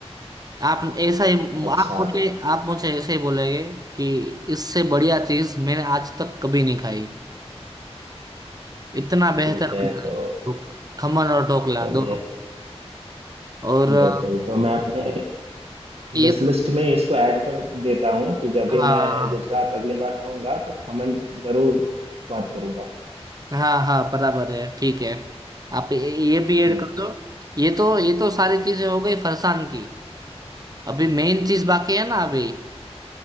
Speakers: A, on the right; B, on the right.
A: आप ऐसा ही
B: अच्छा
A: आप मुझे आप मुझे ऐसे ही बोलेंगे कि इससे बढ़िया चीज मैंने आज तक कभी नहीं खाई इतना बेहतर
B: ठीक है
A: बनता
B: तो
A: है ढोक- खमन और ढोकला
B: चलिए
A: दोनों और अ,
B: बिल्कुल तो मैं अपने
A: ये
B: विश
A: तो,
B: लिस्ट में इसको ऐड कर देता हूँ कि जब भी
A: हाँ
B: मैं गुजरात अगली बार आऊंगा तो खमन जरूर स्वाद करूंगा
A: हाँ हाँ बराबर है ठीक है आप ये ये भी ऐड
B: हम्म।
A: कर दो ये तो ये तो सारी चीजें हो गई फरसान की अभी मेन चीज बाकी है ना अभी